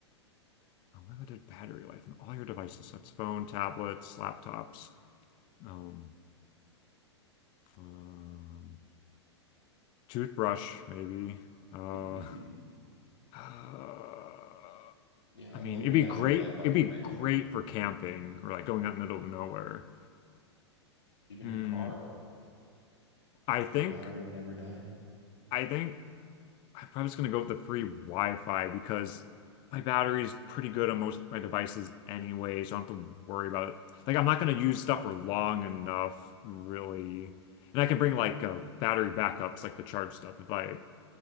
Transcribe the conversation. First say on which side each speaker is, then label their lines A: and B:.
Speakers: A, on the left; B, on the left.
A: unlimited battery life in all your devices that's phone tablets laptops um, um toothbrush maybe uh,
B: <laughs>
A: uh,
B: Yeah,
A: I
B: unlimited
A: mean it'd be
B: battery
A: great
B: life on
A: it'd be
B: everything,
A: great for camping or like going out in the middle of nowhere
B: even
A: hmm
B: your car. Your
A: I
B: car
A: think
B: battery would never die.
A: I think I'm probably just gonna go with the free Wi-Fi because my battery is pretty good on most of my devices anyway, so I don't have to worry about it. Like I'm not gonna use stuff for long enough, really. And I can bring like uh, battery backups, like the charge stuff, if I